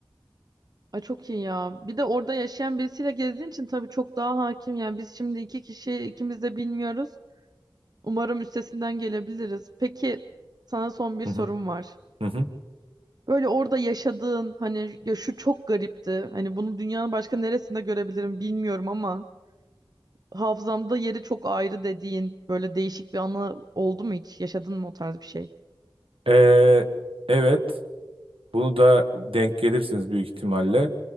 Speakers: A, on the right; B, on the right.
A: Ay çok iyi ya. Bir de orada yaşayan birisiyle gezdiğin için tabii çok daha hakim. Yani biz şimdi iki kişi ikimiz de bilmiyoruz. Umarım üstesinden gelebiliriz. Peki sana son bir
B: Hı
A: sorum
B: hı.
A: var.
B: Hı hı.
A: Böyle orada yaşadığın hani ya şu çok garipti. Hani bunu dünyanın başka neresinde görebilirim bilmiyorum ama hafızamda yeri çok ayrı dediğin böyle değişik bir anı oldu mu hiç? Yaşadın mı o tarz bir şey?
B: E, evet. Bunu da denk gelirsiniz büyük ihtimalle.